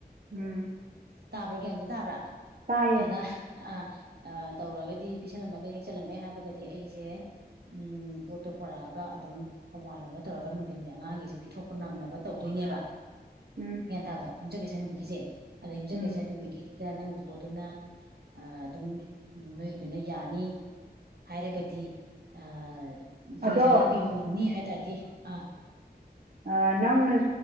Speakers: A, on the right; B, on the right.
A: ꯎꯝ
B: ꯇꯥꯕ꯭ꯔꯥ ꯒ꯭ꯌꯥꯟꯗꯤ ꯇꯥꯕ꯭ꯔꯥ
A: ꯇꯥꯏꯌꯦ
B: ꯑꯗ ꯑ ꯑ ꯇꯧꯔꯒꯗꯤ ꯄꯤꯁꯜꯂꯝꯃꯒꯗꯤ ꯍꯦꯛ ꯆꯜꯂꯝꯃꯦ ꯍꯥꯏꯔꯒꯗꯤ ꯑꯩꯁꯦ ꯎꯝ ꯄꯣꯠꯇꯣ ꯄꯨꯣꯔꯛꯑꯒ ꯑꯗꯨꯝ ꯍꯧꯃꯥꯟꯂꯣꯝꯗ ꯇꯧꯔꯒ ꯅꯨꯡꯗꯤꯟꯁꯦ ꯑꯉꯥꯡꯒꯤꯁꯦ ꯄꯤꯊꯣꯛꯄ ꯅꯪꯅꯕ ꯇꯧꯗꯣꯏꯅꯦꯕ
A: ꯎꯝ
B: ꯒ꯭ꯌꯥꯟ ꯇꯥꯕ꯭ꯔꯥ ꯌꯨꯝꯖ ꯀꯩꯁꯥ ꯅꯨꯃꯤꯠꯀꯤꯁꯦ ꯑꯗꯩ ꯌꯨꯝꯖ
A: ꯎꯝ
B: ꯀꯩꯁ ꯅꯨꯃꯤꯠꯀꯤꯁꯤꯗ ꯅꯪ ꯄꯣꯠꯇꯨꯅ ꯑ ꯑꯗꯨꯝ ꯅꯣꯏꯒꯤꯗꯨꯅ ꯌꯥꯅꯤ ꯍꯥꯏꯔꯒꯗꯤ ꯑꯥ ꯌꯨꯝꯖ
A: ꯑꯗꯣ
B: ꯀꯩꯁꯗ ꯄꯤꯕ ꯉꯝꯅꯤ ꯍꯥꯏ ꯇꯥꯔꯗꯤ ꯑꯥ
A: ꯑ ꯅꯪꯅ